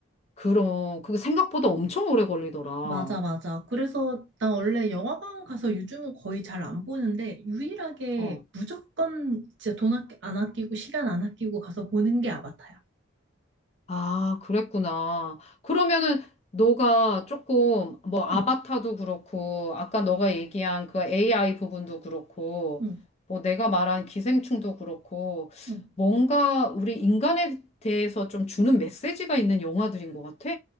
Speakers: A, on the left; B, on the right.
A: 그럼 그거 생각보다 엄청 오래 걸리더라.
B: 맞아, 맞아. 그래서 나 원래 영화관 가서 요즘은 거의 잘 안 보는데 유일하게
A: 어.
B: 무조건 진짜 돈 아끼- 안 아끼고 시간 안 아끼고 가서 보는 게 아바타야.
A: 아, 그랬구나. 그러면은 너가 조금 뭐 아바타도
B: 응,
A: 그렇고 아까 너가 얘기한 그 AI 부분도 그렇고
B: 응,
A: 뭐 내가 말한 기생충도 그렇고
B: 응.
A: 뭔가 우리 인간에 대해서 좀 주는 메시지가 있는 영화들인 것 같아.